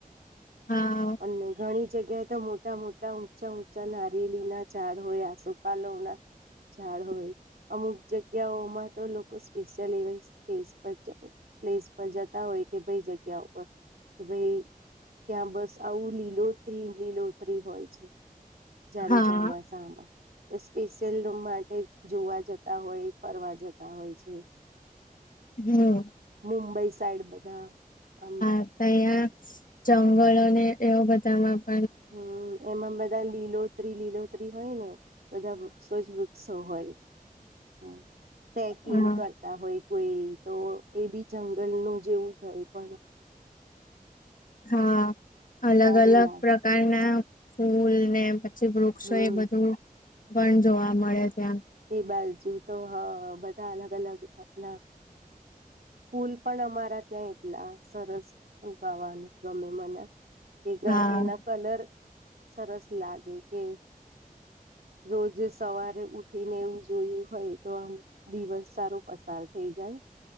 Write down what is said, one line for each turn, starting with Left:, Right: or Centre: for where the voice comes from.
Left: હા
Right: અને ઘણી જગ્યાએ તો મોટા મોટા, ઊંચા ઊંચા નારિયેળના ઝાડ હોય છે, તેમજ સોપારીના ઝાડ પણ હોય છે. ઝાડ હોય. અમુક જગ્યાઓમાં તો લોકો ખાસ એવી જગ્યાઓમાં વિવિધ પ્રકારના છોડ અને વૃક્ષો ઉગાડે છે. પ્લેસ પર જતા હોય કે ભાઈ, એવી જગ્યા પર જઈએ જ્યાં બસ હરિયાળી જ હરિયાળી હોય. આવું લીલોતરીથી ભરેલું વાતાવરણ હોય છે. ખાસ કરીને જ્યારે ચોમાસું આવે છે, ત્યારે ચારેય બાજુ હરિયાળી છવાઈ
Left: હા
Right: જાય છે. સ્પેશિયલ રૂમ માટે નહીં, પરંતુ એવી સુંદર જગ્યાઓ જોવા અને ફરવા જતા હોય છે. મુંબઈ સાઇડ પણ આવી
Left: હમ
Right: ઘણી સુંદર અને હરિયાળી જગ્યાઓ જોવા મળે છે.
Left: હતા. જંગલો અને એવું બધું જોવા પણ લોકો જતા હોય છે.
Right: હા, એમાં બધે લીલોતરી જ લીલોતરી હોય છે અને ચારેય બાજુ વૃક્ષો જ વૃક્ષો જોવા મળે છે. હા, એમાં બધે લીલોતરી જ લીલોતરી હોય છે અને ચારેય બાજુ વૃક્ષો જ વૃક્ષો જોવા મળે
Left: હા
Right: છે. ખૂબ જ સુંદર દૃશ્ય હોય છે. હોય, કોઈ કોઈ જગ્યાએ તો જંગલ જેવું વાતાવરણ પણ જોવા મળે છે.
Left: હા, બરાબર. અલગ
Right: સારું
Left: અલગ
Right: લાગે
Left: પ્રકારનાં ફૂલો, પછી વિવિધ પ્રકારનાં વૃક્ષો,
Right: હમ
Left: એ બધું જોવા ખૂબ જ સુંદર લાગે છે. પણ જોવા મળે છે.
Right: એ બાજુ તો બધા અલગ અલગ પ્રકારનાં છોડ, ફૂલો અને વૃક્ષો જોવા મળે છે. ફૂલો પણ અમારા ત્યાં એટલા સરસ જોવા મળે છે.
Left: હા
Right: તેના કલર સરસ લાગે છે કે રોજ સવારે ઊઠી ઊઠીને એવું જોયું હોય તો આમ દિવસ સારો પસાર થઈ જાય.